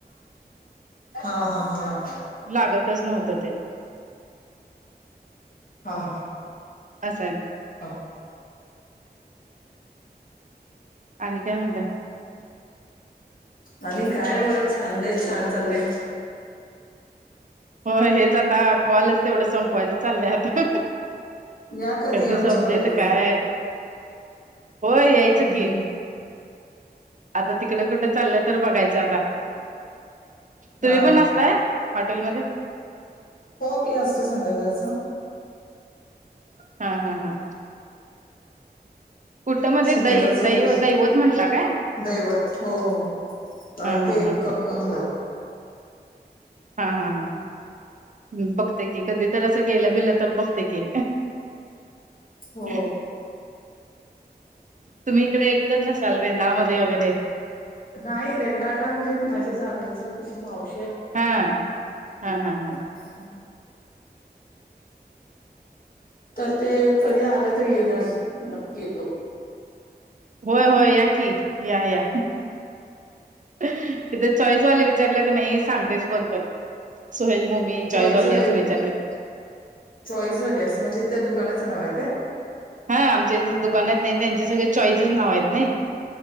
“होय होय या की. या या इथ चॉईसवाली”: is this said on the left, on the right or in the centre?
Right